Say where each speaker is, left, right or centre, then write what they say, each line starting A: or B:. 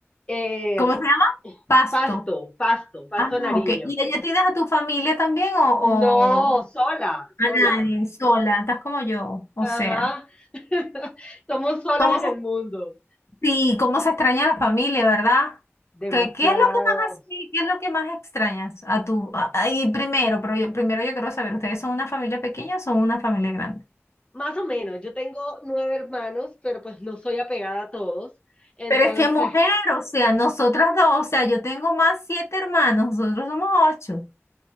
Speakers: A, on the left; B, on the left.
A: Eh,
B: ¿Cómo se llama? Pasto.
A: Pasto, Pasto, Pasto
B: Ah, no,
A: Nariño.
B: ok. ¿Y allá tienes a tu familia también o,
A: No,
B: o
A: sola,
B: a
A: sola.
B: nadie, sola? Estás como yo, o
A: Ajá.
B: sea...
A: <laughs> Somos solas
B: ¿Cómo
A: en
B: se
A: el mundo.
B: Sí, cómo se extraña la familia, ¿verdad?
A: Demasiados.
B: ¿Qué, qué es lo que más así- qué es lo que más extrañas a tu a- a- y primero, pero yo, primero yo quiero saber, ¿ustedes son una familia pequeña o son una familia grande?
A: Más o menos, yo tengo nueve hermanos, pero pues no soy apegada a todos. Entonces,
B: Pero es que mujer, o sea, nosotras dos, o sea, yo tengo más siete hermanos, nosotros somos ocho.